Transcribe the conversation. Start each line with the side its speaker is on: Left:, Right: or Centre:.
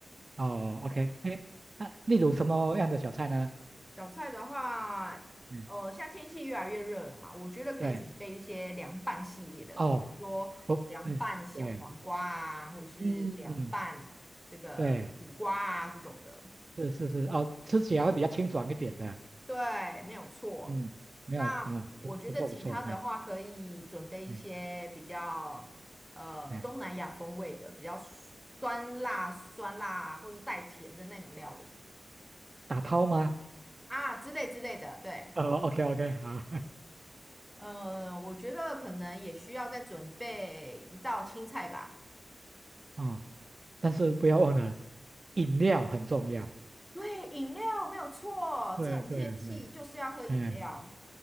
Right: 哦，OK，哎，那例如什么样的小菜呢？
Centre: 小菜的话，
Right: 嗯，
Centre: 呃，现在天气越来越热了嘛，我觉得可以准备一些凉拌系列的，
Right: 对，哦，
Centre: 说凉拌小黄瓜啊，
Right: 我，嗯。对。
Centre: 或是凉拌这个苦瓜啊这种的。
Right: 嗯，对，是是是，哦，吃起来会比较清爽一点的。
Centre: 对，没有错。
Right: 嗯，没有啊，
Centre: 那我觉得其他的话，
Right: 不不错不错，哎
Centre: 可以准备一些比较呃东南亚风味的，
Right: 哎哎，
Centre: 比较酸辣、酸辣或是带甜的那种料理
Right: 打抛吗？
Centre: 啊之类之类的。对，
Right: 哦，OK OK，好，
Centre: 呃，我觉得可能也需要再准备一道青菜吧。
Right: <laughs> 啊，但是不要忘了，饮料很重要。
Centre: 对，饮料没有错，
Right: 对对对，
Centre: 这种天气就是要喝饮料。
Right: 哎，